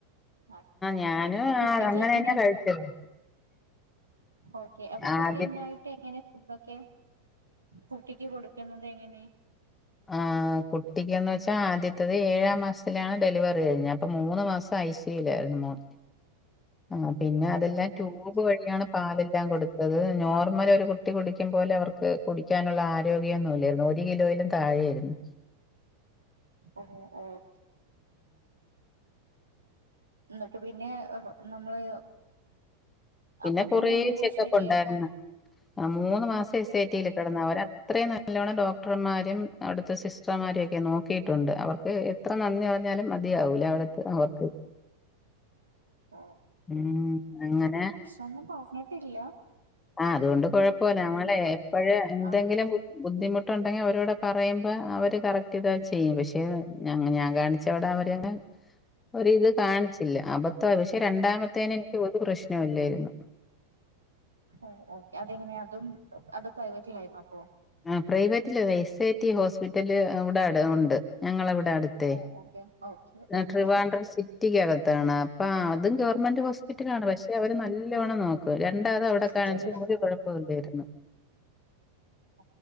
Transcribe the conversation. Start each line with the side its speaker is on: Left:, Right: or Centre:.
Right: ആഹ് ഒക്കെ
Left: ഞാനും
Right: അപ്പോ കുട്ടിക്ക്
Left: ആഹ് അങ്ങനെ
Right: എങ്ങനെ
Left: തന്നെ കഴിച്ചത്
Right: ഓക്കെ അപ്പോ
Left: ആദ്യം
Right: കുട്ടി ഉണ്ടായിട്ട് എങ്ങനെ തൊക്കെ കുട്ടിക്ക് കൊടുക്കുന്നത് എങ്ങനെ
Left: ആ കുട്ടിക്കിന്ന് വെച്ചാ ആദ്യത്തത് ഏഴാം മാസത്തിലാണ് ഡെലിവറി കഴിഞ്ഞേ അപ്പ മൂന്ന് മാസം ഐ സി യുവിലായിരുന്നു
Right: ഓക്കെ
Left: മോൻ. ആ പിന്നെ
Right: ഓ
Left: അതെല്ലാം ട്യൂബ്
Right: ഓക്കെ
Left: വഴിയാണ് പാല് ല്ലാം കൊടുത്തത് നോർമല് ഒരു കുട്ടി കുടിക്കും പോലെ അവർക്ക് കുടിക്കാനുള്ള ആരോഗ്യം ഒന്നുല്ലായിരുന്നു ഒരു കിലോയിലും താഴെയായിരുന്നു.
Right: ഓഹ് ഓഹ് എന്നിട്ട് പിന്നെ നമ്മള്
Left: പിന്നെ
Right: അപ്പൊ
Left: കുറേ
Right: എങ്ങനെ
Left: ചെക്കപ്പ്
Right: ശരിയായത്
Left: ഒണ്ടായിരുന്ന് ആ മൂന്ന് മാസം എസ്
Right: ഓ
Left: എ ടീ
Right: ഓക്കെ
Left: ല് കെടന്ന് അവര് അത്രയും ന നല്ലോണം ഡോക്ടർമാരും അവിടുത്തെ സിസ്റ്റർമാരും ഒക്കെ നോക്കിയിട്ടുണ്ട് അവർക്ക് എത്ര നന്ദി പറഞ്ഞാലും മതിയാവൂല അവിടുത്തെ അവർക്ക്
Right: ഓ
Left: മ് അങ്ങന
Right: ഒന്നും <unintelligible> ഇല്ല
Left: ആ അതുകൊണ്ട് കൊഴപ്പമില്ല നമ്മളെ എപ്പഴ് എന്തെങ്കിലും
Right: ആഹ്
Left: ബു ബുദ്ധിമു ട്ടൊണ്ടെങ്കി അവരോടെ പറയുമ്പ അവര് കറക്റ്റ് ഇത് ചെയ്യും പക്ഷെ ഞ ഞാൻ കാണിച്ചവിടെ അവര് പിന്നെ ഒരിത് കാണിച്ചില്ല അബത്താ പക്ഷെ രണ്ടാമത്തേന് എനിക്ക് ഒരു പ്രശ്നവുല്ലേരുന്നു
Right: ഓ ഓക്കെ അതെങ്ങനെയ അതും അത് പ്രൈവറ്റിലായിരുന്നൊ അപ്പൊ
Left: ആ പ്രൈവറ്റിലല്ല എസ് ഐ ടി ഹോസ്പിറ്റല് ഇവിടെ അട് ഒണ്ട് ഞങ്ങളവി വിടെ അടുത്തെ
Right: ഓ ഓക്കെ ഓക്കെ ഓക്കെ
Left: ട്രിവാൻട്രം സിറ്റിക്കകത്താണ് ആ <unintelligible> മന്റ് ഹോസ്പിറ്റലാണ് പക്ഷെ അവര് നല്ലവണം നോക്കും രണ്ടാമത് അവിടെ
Right: ഷുഗറിന്റെ
Left: കാണിച്ച് ഒരു കൊഴപ്പൊല്ലേരുന്നു
Right: <inaudible>